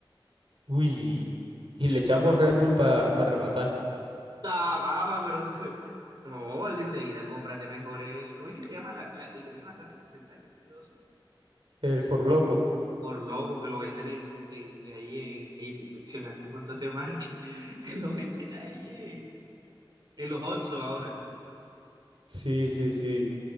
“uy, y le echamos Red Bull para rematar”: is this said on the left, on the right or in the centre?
Right